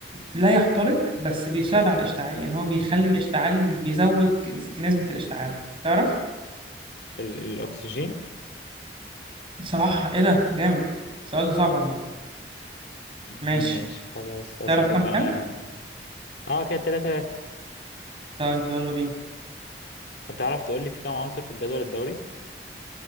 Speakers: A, on the right (about 30°); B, on the left (about 70°).
A: لا يحترق بس بيساعد على الاشتعال يعني هو بيخلي الاشتعال بيزود كنس- نسبة الاشتعال تعرف
B: ال- الاكسجين
A: صح ايه ده جامد السؤال ده صعب عامة ماشي
B: ماشي خلاص اسألك
A: تعرف كام
B: بقى
A: كام
B: انا اه كده تلاتة تلاتة
A: طيب يلا بينا
B: هتعرف تقول لي في كام عنصر في الجدول الدوري